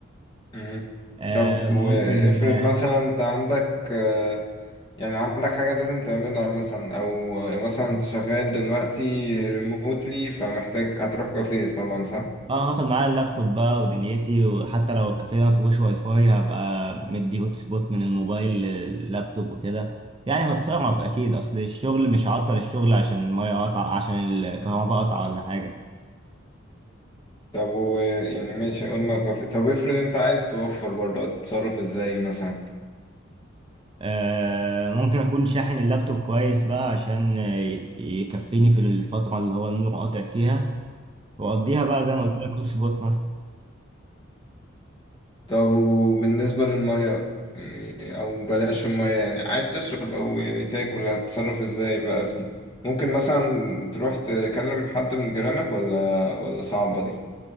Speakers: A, on the left (about 25°); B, on the right (about 25°).
A: مم.
B: آه
A: طب وافرض
B: ممكن آه،
A: مثلا انت عندك آه، يعني عندك حاجه لازم تعملها مثلا او مثلا انت شغال دلوقتي ريموتلي فمحتاج هتروح كافيه طبعا صح
B: اه هاخد معايا اللابتوب بقى ودنيتي وحتى لو الكافيه ما فيهوش واي فاي هبقى مدي هوت سبوت من الموبايل لللابتوب وكده يعني هتصرف اكيد اصل الشغل مش هعطل الشغل عشان الميه قطع عشان الكهرباء قطع ولا حاجه
A: طب و يعني ماشي قلنا كافيه طب افرض انت عايز توفر برضه هتتصرف ازاي مثلا
B: آه ممكن اكون شاحن اللابتوب كويس بقى عشان ي- يكفيني في الفتره اللي هو النور قاطع فيها واقضيها بقى زي ما قلت لك هوت سبوت مثلا
A: طب وبالنسبة للمية يعني أو بلاش المية يعني عايز تشرب أو يعني تاكل هتتصرف ازاي بقى في دي ممكن مثلا تروح تكلم حد من جيرانك ولا ولا صعبة دي